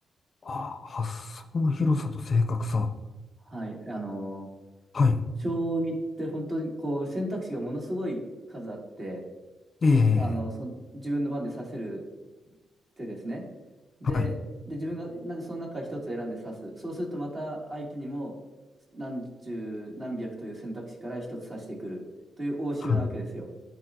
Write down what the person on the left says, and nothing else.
ああ、発想の広さと正確さ。
はい。
ええ、
はい。
はい。